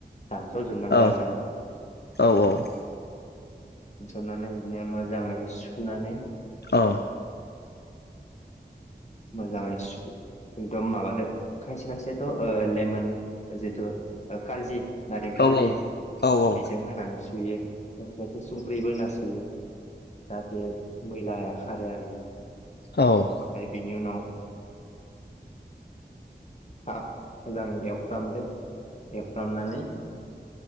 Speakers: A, on the left (about 40°); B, on the left (about 70°).
A: दानस' जोबनांगौ
B: औ
A: आरो ना नोंथां।
B: औ औ।
A: दानस'नानै बिदिनो मोजाङै सुनानै
B: औ।
A: मोजाङै सु एकदम माबादो खायसे खायसेथ' ओ लेमन जितु ओ कारजि नारें कारजि
B: औ औ
A: बेजों होनानै सुयो। आरो संख्रिबो होना सुयो जाहाथे मैलाया खारो आरोना।
B: औ।
A: ओमफ्राय बेनि उनाव थाब मोजाङै एवफ्रामदो। एवफ्रामनानै